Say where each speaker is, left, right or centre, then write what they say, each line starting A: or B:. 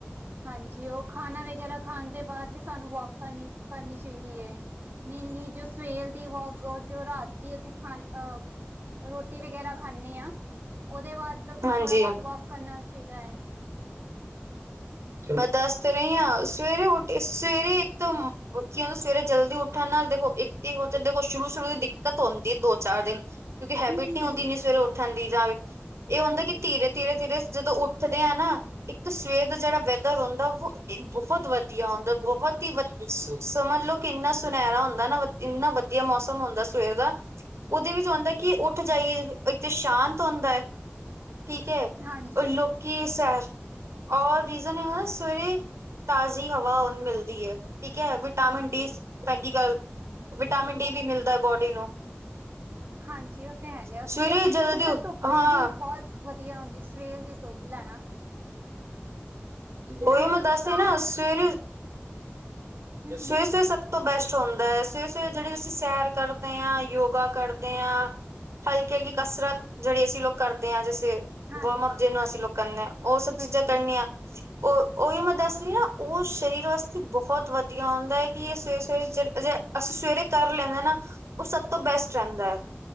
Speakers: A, on the right; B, on the right.
A: ਹਾਂਜੀ, ਓ ਖਾਨਾ ਵਗੈਰਾ ਖਾਨ ਦੇ ਬਾਦ ਵੀ ਸਾਨੂੰ ਵੋਕ ਕਰਨੀ-ਕਰਨੀ ਚਾਈਦੀ ਏ। ਮੇਨਲੀ ਜੋ ਸਵੇਰ ਦੀ ਵੋਕ ਅ ਜੋ ਰਾਤੀ ਅਸੀਂ ਖਾਨ ਅ ਰੋਟੀ ਵਗੈਰਾ ਖਾਨੇ ਆ ਓਦੇ ਬਾਦ ਥੋੜਾ
B: ਹਾਂਜੀ
A: ਬੋਤ ਵੋਕ ਕਰਨਾ ਚਾਈਦਾ ਐ।
B: ਮੈਂ ਦੱਸ ਤੇ ਰਈ ਆਂ ਸਵੇਰੇ ਉੱ- ਸਵੇਰੇ ਇੱਕ ਤਾਂ ਕੀ ਹੋ ਜਾਂਦਾ ਸਵੇਰੇ ਜਲਦੀ ਉੱਠਨ ਨਾਲ ਦੇਖੋ, ਇੱਕ-ਇੱਕ ਦੇਖੋ ਸ਼ੁਰੂ-ਸ਼ੁਰੂ ਦੀ ਦਿ- ਕਤ ਹੁੰਦੀ ਐ ਦੋ-ਚਾਰ ਦਿਨ। ਕਿਓਂਕਿ ਹੈਬਿਟ
A: ਹੂੰ ਹੂੰ
B: ਨੀ ਹੁੰਦੀ ਏਨੀ ਸਵੇਰੇ ਉੱਠਣ ਦੀ ਯਾ ਏ ਹੁੰਦਾ
A: ਹਾਂਜੀ
B: ਕਿ ਧੀਰੇ, ਧੀਰੇ, ਧੀਰੇ ਜਦੋਂ ਉੱਠਦੇ ਆ ਨਾ ਇੱਕ ਤਾਂ ਸਵੇਰ ਦਾ ਜੇੜਾ ਵੈਦਰ ਹੁੰਦਾ ਓ ਬੋਹਤ ਵਦੀਆ ਹੁੰਦਾ ਬੋਹਤ ਈ ਵਦੀ ਸਮਝ ਲੋ ਕਿ ਕਿੰਨਾ ਸੁਨੈਰਾ ਹੁੰਦਾ ਨਾ ਵਦੀ ਇੰਨਾ ਵਦੀਆ ਮੌਸਮ ਹੁੰਦਾ ਸਵੇਰ ਦਾ। ਓਦੇ ਵਿੱਚ ਹੁੰਦਾ ਕਿ ਉੱਠ ਜਾਈਏ ਅਤੇ ਸ਼ਾਂਤ ਹੁੰਦਾ ਐ। ਠੀਕ ਐ
A: ਹਾਂਜੀ
B: ਔਰ ਲੋਕੀ ਸੈਰ ਔਰ ਰੀਜ਼ਨ ਹੈਗਾ ਨਾ ਸਵੇਰੇ ਤਾਜ਼ੀ ਹਵਾ ਹੁਨ ਮਿਲਦੀ ਐ। ਠੀਕ ਐ ਵਿਟਾਮਿਨ
A: ਹਾਂਜੀ
B: ਡੀ ਪੈਲੀ ਗੱਲ ਵਿਟਾਮਿਨ ਡੀ ਵੀ ਮਿਲਦਾ ਐ ਬੋਡੀ ਨੂੰ।
A: ਹਾਂਜੀ ਉਹ ਤੇ ਹੈਗਾ
B: ਸਵੇਰੇ
A: ਸਵੇਰ ਸਵੇਰ
B: ਜਲਦੀ
A: ਦੀ ਤਾਂ
B: ਉ,
A: ਧੁੱਪ
B: ਹਾਂ।
A: ਦੀ ਵੀ ਬਹੁਤ ਵਧੀਆ ਹੁੰਦੀ ਸਵੇਰ ਦੀ ਧੁੱਪ ਲੈਣਾ ਹਨਾ
B: ਓਈਓ ਮੈਂ ਦੱਸ
A: ਸ਼ਾਮ
B: ਰਈ ਨਾ ਸਵੇਰੇ
A: ਹੂੰ
B: ਸਵੇਰੇ-ਸਵੇਰੇ
A: ਹੂੰ
B: ਸਬ ਤੋਂ ਬੈਸ ਹੁੰਦਾ ਐ ਸਵੇਰੇ-ਸਵੇਰੇ ਜੇੜੀ ਅਸੀਂ ਸੈਰ ਕਰਦੇ ਆਂ ਯੋਗਾ ਕਰਦੇ ਆਂ ਹਲਕੀ-ਹਲਕੀ ਕਸਰਤ ਜੇੜੀ ਅਸੀਂ ਲੋਕ ਕਰਦੇ ਆਂ ਜੈਸੇ
A: ਹਾਂਜੀ
B: ਵਾਰਮਅਪ ਜੇਨੂੰ
A: ਹਾਂਜੀ
B: ਅਸੀਂ ਲੋਕ ਕੈਨੇ ਆਂ ਓ ਸਬ
A: ਬਿਲਕੁਲ
B: ਚੀਜ਼ਾਂ ਕਰਨੀਆਂ। ਓ ਓਈਓ ਮੈਂ ਦੱਸ ਰਈ ਨਾ, ਓ ਸਰੀਰ ਵਾਸਤੇ ਬੋਹਤ ਵਦ ਵਦੀਆ ਹੁੰਦਾ ਐ ਕਿ ਏ ਸਵੇਰੇ-ਸਵੇਰੇ ਜੇ-ਜੇ ਅਸੀਂ ਸਵੇਰੇ ਕਰ ਲੈਨੇ ਆਂ ਨਾ ਓ ਸਬ ਤੋਂ ਬੈਸਟ ਰੈਂਦਾ ਐ।